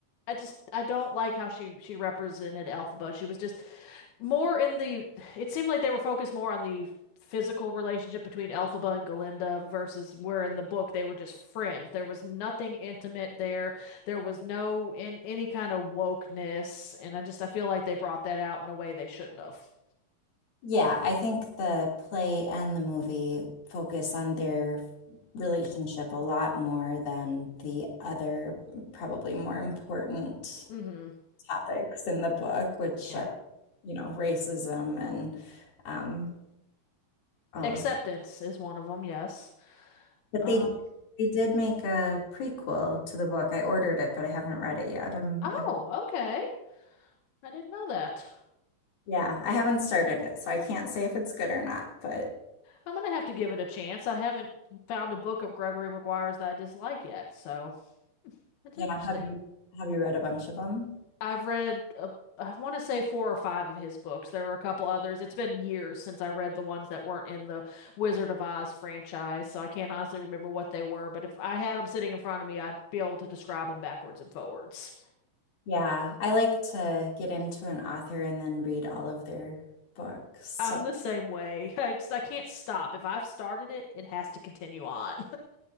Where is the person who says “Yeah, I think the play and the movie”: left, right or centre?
Left